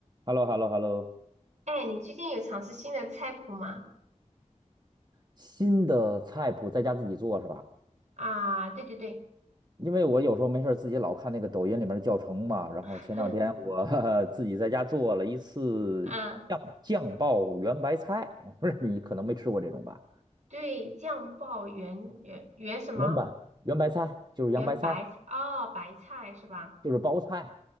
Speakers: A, on the right; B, on the right.
A: h e l l o h e l l o h e l l o
B: 哎，你最近有尝试新的菜谱吗？
A: 新的菜谱在家自己做是吧？
B: 啊，对对对，
A: 因为我有时候没事儿自己老看那个抖音里面的教程嘛，然后前两天我
B: <laughs>
A: <laughs> 自己在家做了一次酱酱爆圆白菜，
B: 嗯，
A: <laughs> 我不知道你可能没吃过这种吧？
B: 对，酱爆圆圆圆什么？
A: 圆白圆白菜就是洋白菜，
B: 圆白菜哦，白菜是吧？
A: 就是包菜，